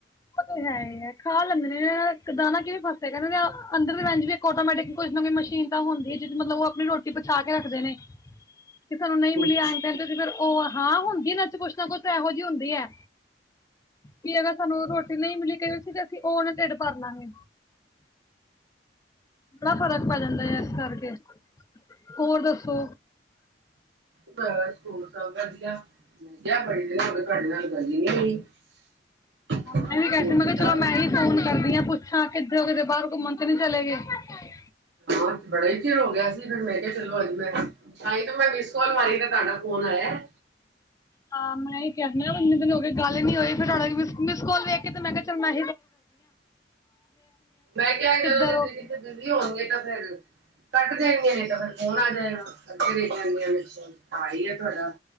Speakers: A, on the left; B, on the right.
A: ਉਹ ਤਾਂ ਹੈ ਹੀ ਹੈ ਖਾ ਲੈਂਦੇ ਨੇ ਦਾਣਾ ਕਿਵੇ ਫਸੇ ਕਹਿੰਦੇ ਅੰਦਰ ਦੇ ਰ ਇੱਕ ਟੋਮੈਟਿਕ ਕੁਝ ਨਾ ਕੋਈ ਮਸ਼ੀਨ ਤਾਂ ਹੁੰਦੀ ਹੈ ਜਿ ਮਤਲਬ ਉਹ ਆਪਣੀ ਰੋਟੀ ਬਚਾ ਕੇ ਰੱਖਦੇ ਨੇ। ਕਿਸ ਸਾਨੂੰ ਨਹੀਂ
B: ਹੋਰ
A: ਮਿਲੀ
B: ਕੀ।
A: ਆਦੇ ਆਦੇ ਘਰੋਂ। ਉਹ ਹਾਂ ਹੁੰਦੀ ਇਹ ਚ ਕੁਛ ਨਾ ਕੁਛ ਇਹੋ ਜਿਹੀ ਹੁੰਦੀ ਹੈ ਵੀ ਅਗ ਸਾਨੂੰ ਰੋਟੀ ਨਹੀਂ ਮਿਲੀ ਕਈ ਸੀ ਅਸੀਂ ਉਹਨ ਢਿਡ ਭਰ ਲਵਾਂਗੇ। ਬੜਾ ਫ਼ਰਕ ਪੈ ਜਾਂਦਾ ਹੈ ਇਸ ਕਰਕੇ ਹੋਰ ਦੱਸੋ
B: ਬਸ ਹੋਰ ਸਭ ਵਧੀਆ। <inaudible> <inaudible>
A: ਹਾਂ ਮੈਂ
B: ਅੱਜ
A: ਵੀ ਕ ਕਿਹਾ
B: ਫੋਨ
A: ਸੀ,
B: ਕੀਤਾ
A: ਮੈਂ ਕਿਹਾ ਚਲੋ
B: ਫਿਰ
A: ਮੈਂ ਹੀ ਫੋਨ ਕਰਦੀ ਹਾਂ ਪੁੱਛਾਂ ਕਿੱਦਰ ਕਿਤੇ ਬਾਹਰ ਘੁੰਮਣ <inaudible> ਕਿ ਨਹੀਂ ਚਲੇ ਗਿਏ। <inaudible>
B: ਹੋਰ ਬੜਾ ਹੀ ਚਿਰ ਹੋ ਗਿਆ ਸੀ, ਫਿਰ ਮੈਂ ਕਿਹਾ ਚਲੋ ਅਜ ਮੈਂ ਤਾਂਹੀ ਤੇ ਮੈਂ ਮਿਸ ਕਾਲ ਮਾਰੀ ਤੇ ਤੁਹਾਡਾ ਫੋਨ ਆਇਆ।
A: ਹਾਂ ਮੈਂ ਇਹ ਕਹਿ ਇੰਨੇ ਦਿਨ ਹੋ ਗੱਲ ਨੀ ਹੋਈ, ਫੇਰ ਮਿਸ ਕੋਲ ਵੇਖ ਕੇ ਤੇ ਮੈਂ ਕਿਹਾ ਚੱਲ ਮ
B: ਮੈਂ ਕਿਹਾ, ਜਦੋਂ
A: ਕਿੱਧਰ
B: ਜਿੱਦਰ
A: ਹੋ
B: ਕਿੱਥੇ ਬਿਜ਼ਲੀ ਹੋਣਗੇ ਤਾਂ ਫੇਰ ਕੱਟ ਦੇਣਗੇ। ਫਿਰ ਫੋਣ ਆ ਜਾਏਗਾ ਕਰਕੇ ਦੇਖ ਲੈਣ ਗਿਆ। ਨਾ ਕੀ ਐ ਤੁਹਾਡਾ?